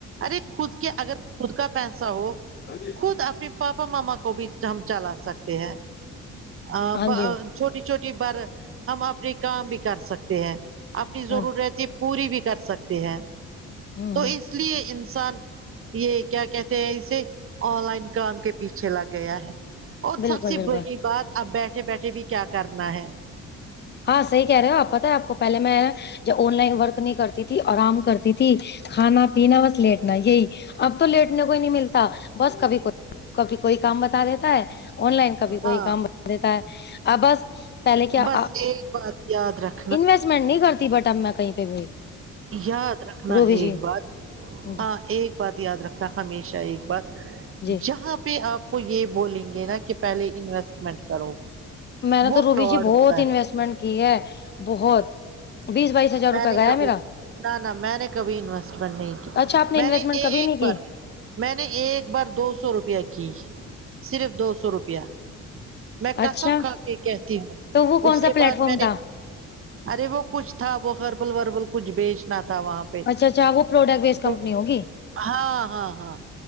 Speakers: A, on the right; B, on the left.
A: ارے خود کے اگر خود کا پیسہ ہو
B: ہاں جی
A: خود اپنے پاپا ماما کو بھی ہم چلا سکتے ہیں اب
B: ہاں جی
A: ا چھوٹی چھوٹی بر ہم اپنے کام بھی کر سکتے ہیں اپنی
B: ہاں
A: ضرورتیں پوری بھی کر سکتے ہیں
B: ہ
A: تو اس لیئے انسان یہ کیا کہتے ہیں اسے آن لائن کام کے پیچھے لگ گیا ہے اور
B: بالکل
A: سب سے
B: بالکل
A: بڑی بات اب بیٹھے بیٹھے بھی کیا کرنا ہے
B: ہاں صحیح کہہ رہے ہو آپ پتہ ہے آپ کو پہلے میں جب آن لائن ورک نہیں کرتی تھی آرام کرتی تھی کھانا پینا بس لیٹنا یہی اب تو لیٹنے کو ہی نہیں ملتا بس کبھی کوئی کبھی کوئی کام بتا دیتا ہے آن لائن کبھی کوئی
A: ہاں
B: کام بتا دیتا ہے ا بس پہلے کیا
A: بس ایک بات یاد رکھ
B: انویسٹمنٹ نہیں کرتی بٹ اب میں کہیں پہ بھی
A: یاد رکھنا
B: روبی
A: ہے
B: جی
A: ایک بات
B: جی
A: ہاں ایک بات یاد رکھنا ہمیشہ ایک بات
B: جی
A: جہاں پہ آپ کو یہ بولیں گے نا کہ پہلے انویسٹمنٹ کرو
B: میں نے
A: وہ
B: تو روبی
A: فراڈ
B: جی بہت
A: ہوتا ہے
B: انویسٹمنٹ کی ہے بہت بیس بائیس ہزار
A: میں
B: روپئے
A: نے
B: گیا ہے
A: کبھی
B: میرا
A: نہ نہ میں نے کبھی انویسٹمنٹ نہیں کی
B: اچھا آپ
A: میں
B: انویسٹمنٹ
A: نے ایک
B: کبھی نہیں کی
A: بار میں نے ایک بار دو سو روپیہ کی صرف دو سو روپیہ میں قسم
B: اچھا
A: کھا کے کہتی ہوں
B: تو وہ
A: اس
B: کون سا
A: کے
B: پلیٹ
A: بعد
B: فارم
A: میں
B: تھا
A: نے ارے وہ کچھ تھا وہ ہربل وربل کچھ بیچنا تھا وہاں پے
B: اچھا اچھا وہ پروڈکٹ بیس کمپنی
A: تو
B: ہوگی
A: ہاں ہاں ہاں